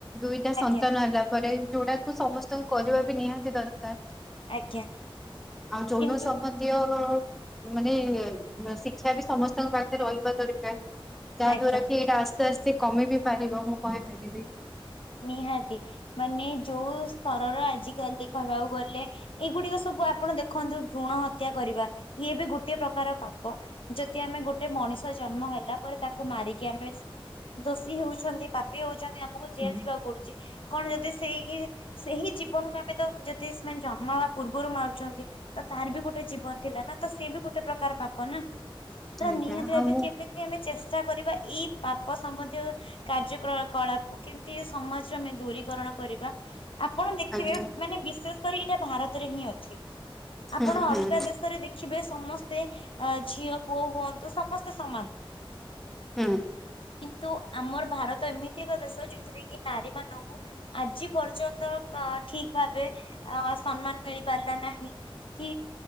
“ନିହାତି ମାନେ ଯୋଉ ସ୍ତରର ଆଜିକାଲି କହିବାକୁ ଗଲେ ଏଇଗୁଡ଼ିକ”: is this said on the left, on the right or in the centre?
Left